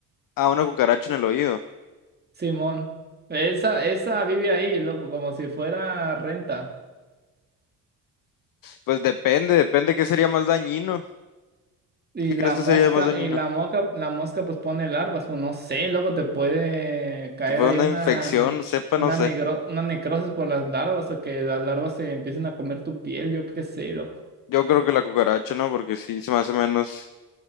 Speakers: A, on the left; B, on the right.
A: a una cucaracha en el oído,
B: Simón. Esa, esa vive ahí, loco, como si fuera renta.
A: pues depende, depende qué sería más dañino.
B: Y
A: ¿Qué
B: la
A: crees que
B: mosca,
A: sería más dañino?
B: y la mosca, la mosca pues pone larvas, pues no sé, luego te puede caer
A: Si fuera
B: ahí
A: una
B: una,
A: infección,
B: ne-
A: sepa,
B: una,
A: no sé.
B: negro, una necrosis por las larvas o que las larvas se empiecen a comer tu piel, yo qué sé, loco.
A: Yo creo que la cucaracha, ¿no? Porque sí, se me hace menos,